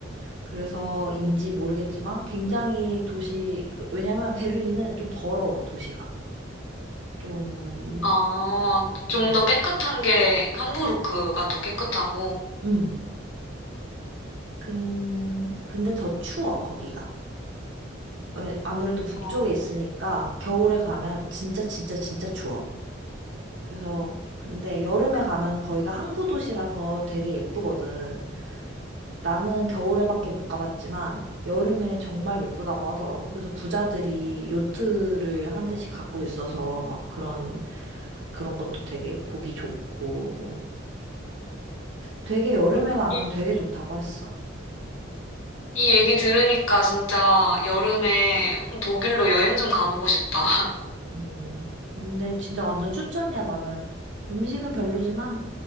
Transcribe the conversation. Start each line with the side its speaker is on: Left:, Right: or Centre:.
Right: 그래서인지 모르겠지만 굉장히 도시, 그- 왜냐면 베를린은 좀 더러워, 도시가. 좀,
Left: 아, 좀
Right: 음,
Left: 더 깨끗한 게 함부르크가 더 깨끗하고.
Right: 음. 근, 근데 더 추워, 거기가. 왜, 아무래도 북쪽에
Left: 어,
Right: 있으니까 겨울에 가면 진짜 진짜 진짜 추워. 그래서, 근데 여름에 가면은 거기가 항구 도시라서 되게 예쁘거든. 나는 겨울에밖에 못 가봤지만 여름에 정말 예쁘다고 하더라고. 그래서 부자들이 요트를 한 대씩 갖고 있어서 막 그런, 그런 것도 되게 보기 좋고, 뭐 되게 여름에
Left: 이,
Right: 가면
Left: 이-
Right: 되게 좋다고 했어.
Left: 이 얘기 들으니까 진짜 여름에 독일로 여행 좀 가보고 싶다.
Right: 음. 근데 진짜 완전 추천이야, 나는. 음식은 별로지만